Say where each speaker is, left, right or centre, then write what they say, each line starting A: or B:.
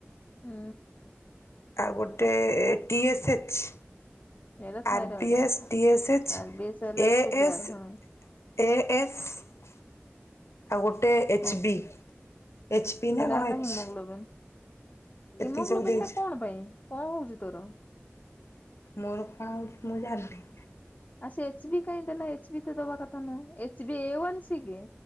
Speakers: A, on the left (about 40°); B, on the left (about 75°).
A: ହୁଁ।
B: ଆଉ ଗୋଟେ ଟି ଏସ୍ଏଚ୍।
A: ଏଇଟା thyroid
B: R B S, T S H,
A: R B S ହେଲା
B: ଏ
A: ସୁଗାର
B: ଏସ୍
A: ହଁ।
B: ଏ ଏସ୍। ଆଉ ଗୋଟେ ଏଚ୍
A: କଣ
B: ବି, ଏଚ୍ ପି ନା
A: ଏଟା
B: କଣ
A: ହେଲା
B: ଏଚ୍
A: ହିମୋଗ୍ଲୋବିନ୍ ହିମୋଗ୍ଲୋବିନ୍
B: ଏତିକି ସବୁ ଦେଇଛି
A: ଟା କଣ ପାଇଁ କଣ ହଉଛି ତୋର?
B: ମୋର କଣ ହଉଛି ମୁଁ ଜାଣିନି।
A: ଆଉ ସେ ଏଚ୍ ବି କାହିଁ ଦେଲା, ଏଚ୍ ବି ତ ଦବା କଥା ନୁହଁ, H B A one C କି।